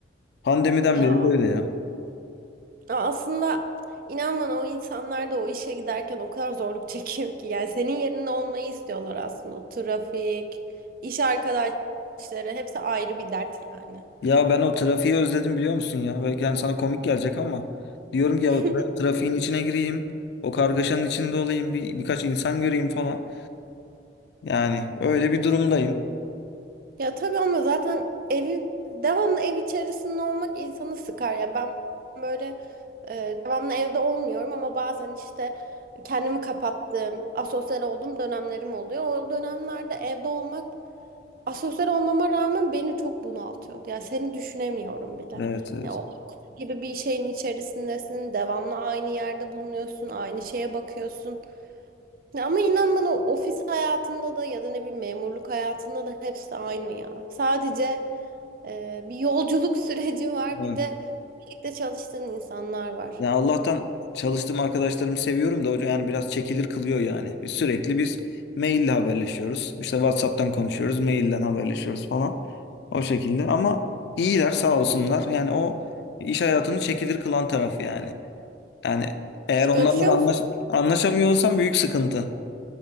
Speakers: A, on the left; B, on the right.
A: Pandemiden
B: Ya
A: beri böyle ya.
B: a- aslında inan bana o insanlar da o işe giderken o kadar zorluk <laughs> çekiyor ki. Yani senin yerinde olmayı istiyorlar aslında. O trafik, iş arkadaşları hepsi ayrı bir dert yani.
A: Ya ben o trafiği özledim biliyor musun ya? Belki yani sana komik gelecek ama diyorum ki ya o tra-
B: <laughs>
A: trafiğin içine gireyim, o kargaşanın içinde olayım, bir birkaç insan göreyim falan. Yani öyle bir durumdayım.
B: Ya tabii ama zaten evin devamlı ev içerisinde olmak insanı sıkar. Ya ben böyle e, devamlı evde olmuyorum ama bazen işte kendimi kapattığım, asosyal olduğum dönemlerim oluyor. O dönemlerde evde olmak Asosyal olmama rağmen beni çok bunaltıyordu. Yani seni düşünemiyorum bile.
A: Evet, evet.
B: Ya o kutu gibi bir şeyin içerisindesin. Devamlı aynı yerde bulunuyorsun. Aynı şeye bakıyorsun. Ya ama inan bana ofis hayatında da ya da ne bileyim memurluk hayatında da hepsi aynı ya. Sadece e, bir yolculuk <laughs> süreci var.
A: Evet.
B: Bir de birlikte çalıştığın insanlar var.
A: Ya Allah'tan çalıştığım arkadaşlarımı seviyorum da hocam yani biraz çekilir kılıyor yani. Biz sürekli biz maille haberleşiyoruz. İşte WhatsApp'tan konuşuyoruz, mailden haberleşiyoruz falan. O şekilde ama iyiler sağ olsunlar. Yani o iş hayatını çekilir kılan tarafı yani. Yani eğer
B: Hiç
A: onlarla
B: görüşüyor
A: da anlaş
B: musun?
A: anlaşamıyor olsam büyük sıkıntı.